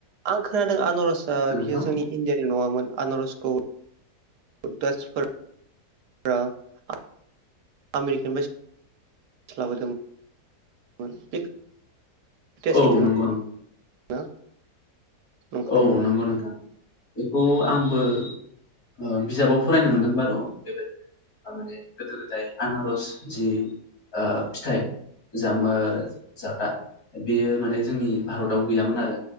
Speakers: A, on the right; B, on the left.
A: आं खोनादो आनारस दा
B: नोंथां
A: बियो जोंनि इण्डियानि नङामोन आनारस खौ <unintelligible> आमेरिका <unintelligible> लाबोदोंमोन <unintelligible> बे खोथाया सैथो
B: औ नंगौ नं
A: <unintelligible> ना नंखाय
B: औ नंगौ नोंथां बेखौ आंबो ओ बिजाबाव फरायनो मोनदों बार' बेबायदिनो माने गोदो गोदाय आनारस जि ओ फिथाइ जामो जाग्रा बेयो माने जोंनि भारताव गैयामोन आरो